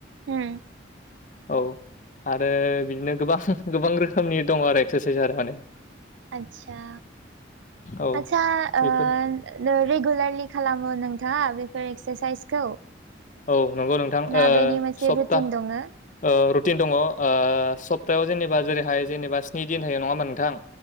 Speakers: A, on the right (about 80°); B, on the left (about 40°).
A: अम
B: औ आरो बिदिनो गोबां गोबां रोखोमनि दङ आरो एक्सारसाइस आरो माने
A: आतसा
B: औ
A: आतसा ओ
B: बेफोर
A: नो रेगुलारलि खालामो नोंथाङा बेफोर एक्सारसाइसखौ
B: औ नंगौ नोंथां
A: ना
B: ओ
A: बेनि मोनसे
B: सप्ता
A: रुटिन दङो?
B: ओ रुटिन दङ ओ सप्तायाव जेनेबा जेरैहाय जेनेबा स्नि दिन थायो नङा होनबा नोंथां